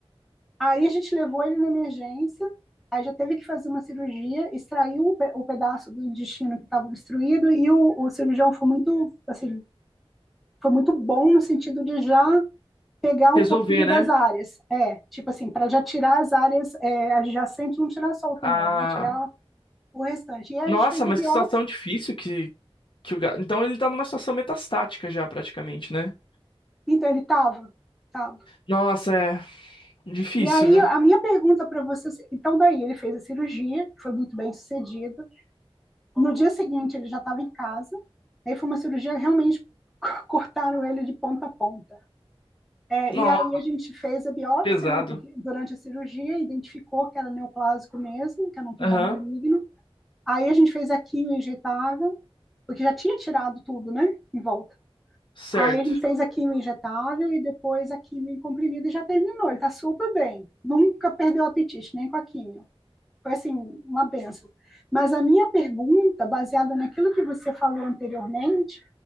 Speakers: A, in the centre; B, on the left.
A: Aí a gente levou ele na emergência, aí já teve que fazer uma cirurgia, extraiu o, pe- o pedaço do intestino que estava obstruído e o, o cirurgião foi muito, assim, foi muito bom no sentido de já pegar um
B: resolver,
A: pouquinho
B: né?
A: das áreas. É, tipo assim, para já tirar as áreas é, adjacentes, não tirar só o tumor,
B: Ah,
A: né? Tirar o restante. E aí
B: nossa,
A: a gente fez
B: mas
A: a biópsia
B: que situação difícil que, que o gato. Então ele tá numa situação metastática já, praticamente, né?
A: Então ele estava. Tava.
B: Nossa, é difícil,
A: E aí
B: viu?
A: a minha pergunta para você, então daí ele fez a cirurgia, que foi muito bem sucedida. No dia seguinte ele já estava em casa. Aí foi uma cirurgia realmente <laughs> cortaram ele de ponta a ponta. É,
B: Nossa,
A: e aí a gente fez a biópsia,
B: pesado.
A: né, porque durante a cirurgia identificou que era neoplásico mesmo, que era um tumor
B: Aham,
A: maligno. Aí a gente fez a quimio injetável, porque já tinha tirado tudo, né, em volta.
B: certo.
A: Aí a gente fez a quimio injetável e depois a quimio em comprimido e já terminou. Ele está super bem. Nunca perdeu o apetite, nem com a quimio. Foi assim, uma benção. Mas a minha pergunta, baseada naquilo que você falou anteriormente,